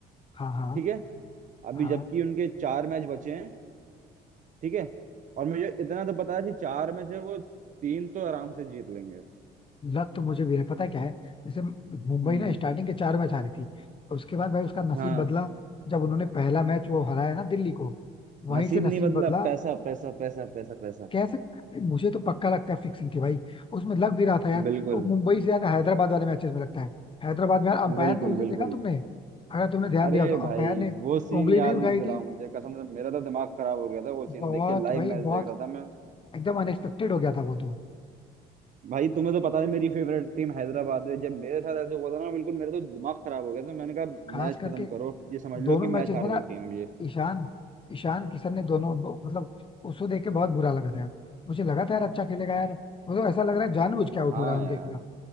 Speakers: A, on the left (about 30°); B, on the right (about 50°).
A: हाँ हाँ
B: ठीक है अभी
A: हाँ
B: जबकि उनके चार मैच बचे हैं ठीक है और मुझे इतना तो पता है कि चार में से वो तीन तो आराम से जीत लेंगे
A: लग तो मुझे भी है पता है क्या है जैसे मुंबई
B: हम्म
A: ना स्टार्टिंग के चार मैच हारी थी उसके बाद भाई उसका नसीब
B: हाँ
A: बदला जब उन्होंने पहला मैच वो हराया ना दिल्ली को वहीं
B: नसीब
A: से नसीब
B: नहीं बदला
A: बदला
B: पैसा पैसा पैसा पैसा पैसा
A: कैसे
B: <laughs>
A: मुझे तो पक्का लगता है फिक्सिंग थी भाई उसमें लग भी रहा था यार
B: बिल्कुल
A: तो मुंबई से ज्यादा हैदराबाद वाले मैचेस में लगता है हैदराबाद में यार अंपायर
B: बिल्कुल
A: ने उस दिन
B: बिल्कुल
A: देखा तुमने अगर तुमने ध्यान
B: अरे
A: दिया हो तो
B: भाई
A: अंपायर ने
B: वो सीन
A: उंगली
B: याद
A: नहीं उठाई
B: मत दिलाओ
A: थी
B: मुझे कसम से मेरा तो दिमाग खराब हो गया था वो सीन
A: बहुत
B: देख के लाइव
A: भाई
B: मैच
A: बहुत
B: देख रहा था मैं
A: एकदम अनएक्सपेक्टेड हो गया था वो तो
B: भाई तुम्हें तो पता है मेरी फेवरेट टीम हैदराबाद है जब मेरे साथ ऐसे हुआ था ना बिल्कुल मेरा तो दिमाग खराब हो गया था मैंने कहा
A: खास
B: मैच
A: करके
B: खत्म करो ये समझ लो
A: दोनों
B: कि
A: मैचेस
B: मैच हार
A: में ना
B: गई टीम अब ये
A: ईशान ईशान किशन ने दोनों बो- मतलब उसको देख के बहुत बुरा लगा था यार मुझे लगा था यार अच्छा खेलेगा यार मतलब ऐसा लग रहा है जानबूझ के आउट
B: हाँ
A: हो रहा है उनके
B: यार
A: खिलाफ